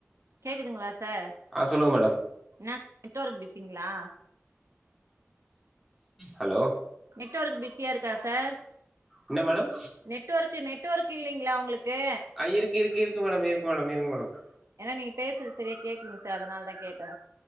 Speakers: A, on the right; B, in the centre.
A: கேக்குதுங்களா ச சார்
B: ஆ சொல்லுங்க மேடம்
A: எனா நெட் ஒர்க் பிசிங்ளா
B: ஹலோ
A: நெட்ஒர்க் பிஸியா இருக்கா சார்
B: என்ன மேடம்
A: நெட்வொர்க்கு நெட்வொர்க்கு இல்லைங்ளா உங்குளுக்கு
B: ஆ இருக்கு இருக்கு இருக்கு மேடம் இருக்கு மேடம் இருக்கு மேடம்
A: நீங்க பேசறது சரியா கேக்கலிங்க சார் அதனால தா கேட்டே